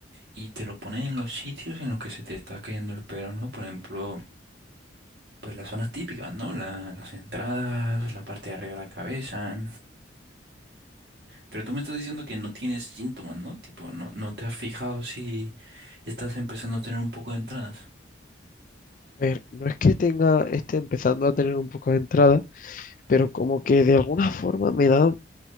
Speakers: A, on the right; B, on the left.
A: y te lo pones en los sitios en los que se te está cayendo el pelo, ¿no? Por ejemplo, pues las zonas típicas, ¿no? La- las entradas, la parte de arriba de la cabeza. Pero tú me estás diciendo que no tienes síntomas, ¿no? Tipo, no, no te has fijado si estás empezando a tener un poco de entradas.
B: A ver, no es que tenga, esté empezando a tener un poco de entrada, pero como que de alguna forma me da,